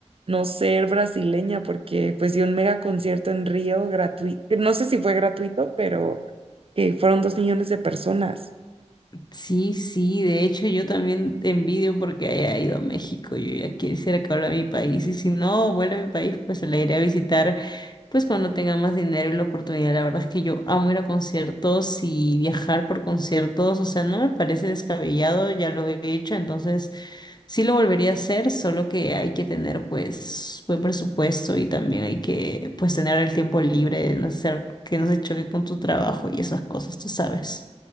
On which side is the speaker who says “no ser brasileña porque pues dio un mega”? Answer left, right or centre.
Right